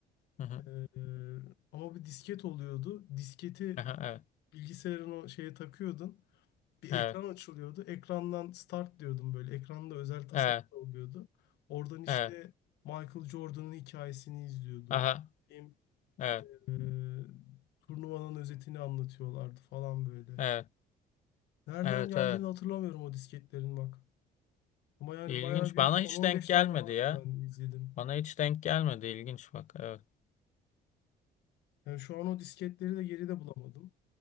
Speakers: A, on the left (about 45°); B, on the left (about 80°).
A: Hı hı.
B: E, ama bir disket oluyordu. Disketi
A: Aha, evet.
B: bilgisayarın o şeye takıyordun. Bir
A: Evet.
B: ekran açılıyordu. Ekrandan start diyordum böyle. Ekranda özel tasarım
A: Evet.
B: da oluyordu. Oradan işte
A: Evet.
B: Michael Jordan'ın hikayesini izliyordun.
A: Aha.
B: Benim,
A: Evet.
B: e, turnuvanın özetini anlatıyorlardı falan böyle.
A: Evet.
B: Nereden
A: Evet.
B: geldiğini
A: Evet.
B: hatırlamıyorum o disketlerin bak. Ama yani
A: İlginç.
B: bayağı bir
A: Bana
B: 10-15
A: hiç denk gelmedi
B: tane vardı
A: ya.
B: ben de izledim.
A: Bana hiç denk gelmedi. İlginç bak. Evet.
B: Yani şu an o disketleri de geride bulamadım.